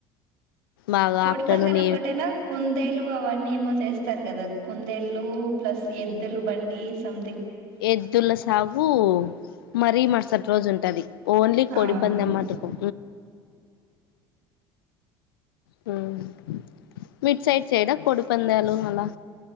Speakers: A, on the left; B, on the right.
A: బాగా
B: కోడిపందాలు
A: ఆఫ్టర్నూన్
B: ఒక్కటేనా కుందేలు అవన్నీ ఏమో చేస్తారు కదా కుందేల్లు ప్లస్ ఎద్దులు బండి సం
A: ఎద్దుల సావు మరీ మరుసటి రోజు ఉంటది ఓన్లీ కొడిపందం
B: ఆహా
A: మాటు కు హ్మ్ మిడ్ సైడ్ చేయరా కోడి పందాలు అలా